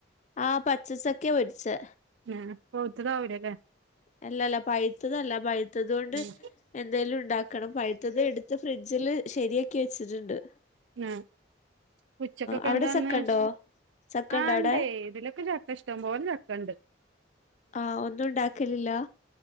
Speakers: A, on the left; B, on the right.
A: ആഹ് പച്ചച്ചക്കെ പൊര്ച്ചേ.
B: ഏഹ് പൊവുത്തതാവൂലലേ.
A: അല്ലല്ല പഴുത്തതല്ല പഴുത്തതോണ്ട്
B: ഉം
A: എന്തേലുണ്ടാ ക്കണം. പഴുത്തത് എടുത്ത് ഫ്രിഡ്ജില് ശരിയാക്കി വെച്ചിട്ട്ണ്ട്.
B: ആഹ് ഉച്ചക്കൊക്കെ
A: അവിടെ
B: എന്താന്ന്?
A: ചക്കണ്ടോ ചക്കണ്ടോ
B: ആഹ്
A: അവിടെ
B: ഇണ്ടേ ഇബലൊക്കെ ചക്കഷ് ട്ടംപോലെ ചക്കണ്ട്.
A: ആഹ് ഒന്നുണ്ടാക്കലില്ലാ?